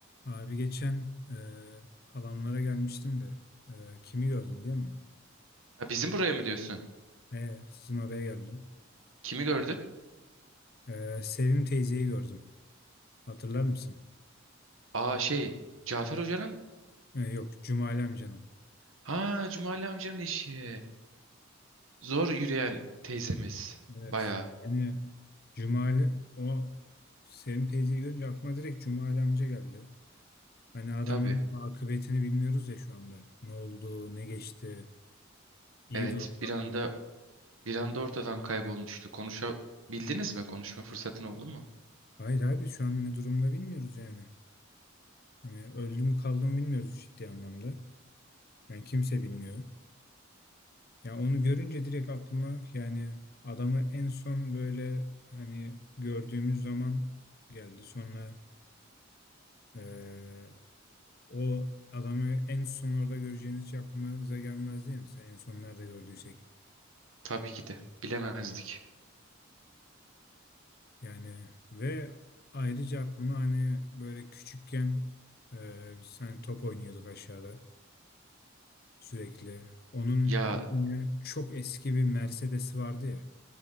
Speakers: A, on the left (about 50°); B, on the right (about 85°).
A: Abi geçen e, halamlara gelmiştim de e, kimi gördüm biliyor musun?
B: Ha, bizim buraya mı diyorsun?
A: E, sizin oraya geldim.
B: Kimi gördün?
A: E, Sevim teyzeyi gördüm. Hatırlar mısın?
B: Aa şey Cafer Hoca'nın
A: E, yok Cumali amcanın.
B: ha Cumali amcanın eşi. Zor yürüyen teyzemiz.
A: Evet.
B: Bayağı
A: Yani Cumali o Sevim teyzeyi görünce aklıma direkt Cumali amca geldi. Hani adamın
B: tabii.
A: akıbetini bilmiyoruz ya şu anda. Ne oldu, ne geçti, iyi
B: Evet
A: durumda
B: bir anda
A: mı?
B: bir anda ortadan kaybolmuştu. Konuşabildiniz mi? Konuşma fırsatın oldu mu?
A: Hayır abi şu an ne durumda bilmiyoruz yani. Hani öldü mü kaldı mı bilmiyoruz ciddi anlamda. Yani kimse bilmiyor. Ya onu görünce direkt aklıma yani adamı en son böyle hani gördüğümüz zaman geldi. Sonra eee, o adamı en son orada göreceğimiz hiç aklımıza gelmez değil mi? Mesela en son nerede gördüysek.
B: Tabii ki de. Bilemezdik.
A: Yani ve ayrıca aklıma hani böyle küçükken eee biz hani top oynuyorduk aşağıda sürekli. Onun
B: Ya
A: bir tane çok eski bir Mercedes'i vardı ya.